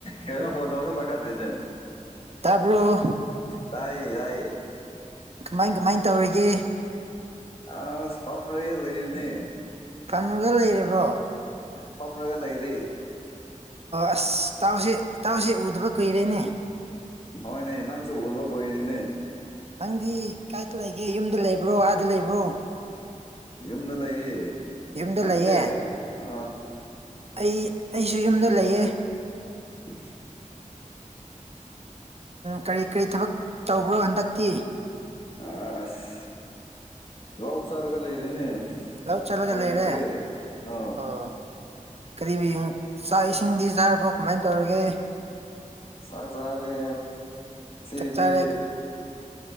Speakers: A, on the left (about 45°); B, on the right (about 50°).
A: ꯀꯩꯅꯅ ꯐꯣꯟꯣꯟ ꯇ ꯁ ꯄꯥꯈꯗꯔꯤꯁꯦ
B: ꯑꯗꯨꯣ
A: ꯇꯏ ꯌꯥꯏ
B: ꯀꯃꯥꯏ ꯀꯃꯥꯏ ꯇꯧꯔꯤꯒꯦ
A: ꯑꯁ ꯄꯝꯔꯦ ꯂꯩꯔꯤꯅꯦ
B: ꯐꯝꯃꯒ ꯂꯩꯔꯤꯕ꯭ꯔꯣ
A: ꯀꯝꯂꯒ ꯂꯩꯔꯤꯦ
B: ꯑꯁ ꯏꯇꯥꯎꯁꯦ ꯏꯇꯥꯎꯁꯦ ꯎꯗꯕ ꯀꯨꯏꯔꯦꯅꯦ
A: ꯍꯅꯦ ꯅꯪ ꯆꯣ ꯎꯕ ꯀꯅꯤ ꯅ
B: ꯅꯪꯗꯤ ꯀꯥꯏꯗ ꯂꯩꯒꯦ ꯌꯨꯝꯗ ꯂꯩꯕ꯭ꯔꯣ ꯑꯥꯗ ꯂꯩꯕ꯭ꯔꯣ
A: ꯌꯨꯝꯗ ꯂꯩ
B: ꯌꯨꯝꯗ
A: ꯅꯪ
B: ꯂꯩꯌꯦ
A: ꯑ
B: ꯑꯩ ꯑꯩꯁꯨ ꯌꯨꯝꯗ ꯂꯩꯑ
A: <unintelligible>
B: ꯀꯔꯤ ꯀꯔꯤ ꯊꯕꯛ ꯇꯧꯕ꯭ꯔꯣ ꯍꯟꯗꯛꯇꯤ
A: ꯑꯁ ꯔꯥꯎ ꯆꯥꯔꯒ ꯂꯩꯔꯦꯅꯦ
B: ꯂꯧ ꯆꯠꯂꯒ
A: ꯐꯥꯏꯂꯗ꯭ꯔꯤ
B: ꯂꯩꯔꯦ
A: ꯑ
B: ꯑꯣ ꯀꯔꯤ ꯆꯥꯛ ꯏꯁꯤꯡꯗꯤ ꯆꯥꯔꯕꯣ ꯀꯃꯥꯏꯅ ꯇꯧꯔꯒꯦ
A: ꯆꯁꯔꯦ ꯁꯤꯗꯤ
B: ꯆꯥꯛ ꯆꯥꯔꯦ